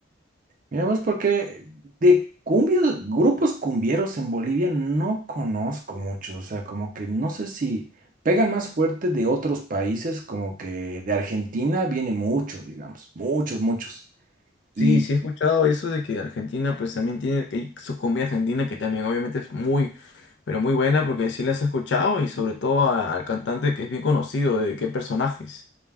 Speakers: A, on the right; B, on the left.
A: Mira vos, porque de cumbios, grupos cumbieros en Bolivia no conozco muchos, o sea, como que no sé si pega más fuerte de otros países, como que de Argentina viene mucho, digamos, muchos, muchos. Y
B: Sí, sí he escuchado eso de que Argentina pues también tiene que hay su cumbia argentina que también obviamente es muy, pero muy buena porque sí las he escuchado y sobre todo a- al cantante que es bien conocido de qué personajes.